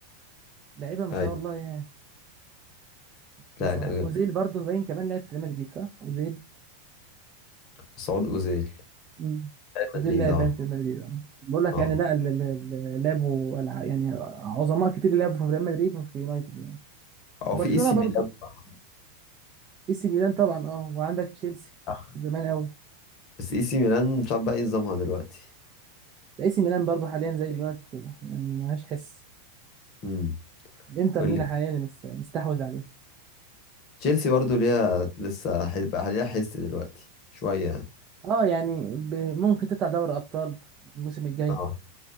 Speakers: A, on the right; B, on the left.
A: لعيبه ما شاء
B: ايوه
A: الله يعني تنساهمش
B: لا كان جامد.
A: اوزيل برضه باين كمان لعب في ريال مدريد صح اوزيل
B: مسعود أوزيل
A: مم.
B: ريال
A: اوزيل
B: مدريد
A: لعب
B: اه
A: باين في ريال مدريد اه بقول لك
B: اه
A: يعني لا ال- ال- ال- لعبوا الع- يعني عظماء كتير لعبوا في ريال مدريد وفي يونايتد يعني
B: او
A: برشلونة
B: في اي سي
A: برضه
B: ميلان بقى.
A: اي سي ميلان طبعا اه وعندك تشيلسي
B: آه.
A: زمان قوي
B: بس اي سي ميلان مش عارف بقى ايه نظامها دلوقتي
A: اي سي ميلان برضه حاليا زي اليونايتد كده يعني ملهاش حس
B: امم
A: الانتر
B: واللي
A: ميلان حاليا اللي مس- مستحوذ عليه
B: تشيلسي برضه ليها لسه هيبقى ليها حس دلوقتي شوية يعني
A: اه يعني ب- ممكن تطلع دوري ابطال الموسم الجاي
B: اه